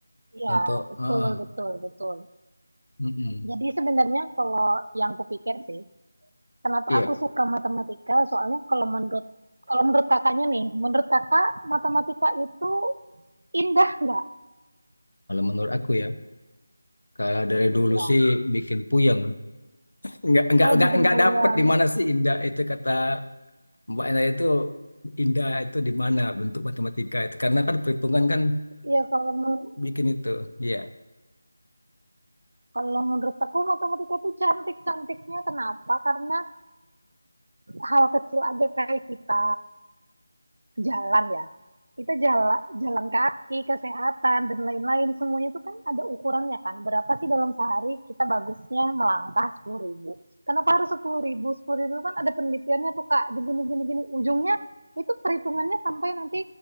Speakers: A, on the right; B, on the left.
A: Iya,
B: untuk
A: betul,
B: eh,
A: betul, betul.
B: mm-mm.
A: Jadi sebenarnya kalau yang kupikir sih, Kenapa
B: Iya,
A: aku suka matematika? Soalnya kalau menurut kalau menurut kakaknya nih, menurut kakak matematika itu indah nggak?
B: kalau menurut aku ya. Kalau dari
A: Iya.
B: dulu sih bikin puyeng. Enggak enggak
A: Oh
B: enggak
A: bikin
B: enggak
A: goyang.
B: dapet di mana sih indah itu kata Mbak Enda itu indah itu di mana bentuk matematika itu karena kan perhitungan kan
A: Iya kalau men-
B: bikin itu. Iya.
A: kalau menurut aku matematika itu cantik cantiknya kenapa? Karena hal kecil aja kayak kita jalan ya kita jalan jalan kaki kesehatan dan lain-lain semuanya itu kan ada ukurannya kan berapa sih dalam sehari kita bagusnya melangkah sepuluh ribu kenapa harus sepuluh ribu sepuluh ribu kan ada penelitiannya tuh kak gini gini gini ujungnya itu perhitungannya sampai nanti